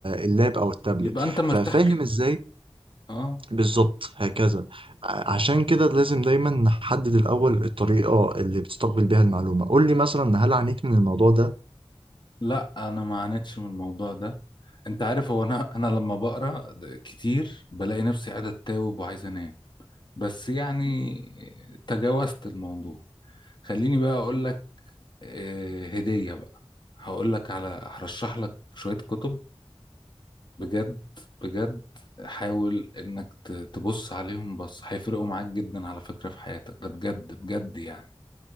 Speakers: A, on the right; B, on the left.
A: اللاب او التابلت
B: يبقى انت مرتاح
A: ففاهم
B: كده
A: ازاي
B: اه
A: بالظبط هكذا ع- عشان كده لازم دايما نحدد الاول الطريقه اللي بتستقبل بيها المعلومه قول لي مثلا هل عانيت من الموضوع ده
B: لا انا ما عانيتش من الموضوع ده انت عارف هو انا انا لما بقرا د- كتير بلاقي نفسي قاعد اتاوب وعايز انام بس يعني تجاوزت الموضوع خليني بقى اقول لك آه، هدية بقى هقول لك على هرشح لك شوية كتب بجد بجد حاول انك ت- تبص عليهم بس هيفرقوا معاك جدا على فكرة في حياتك ده بجد بجد يعني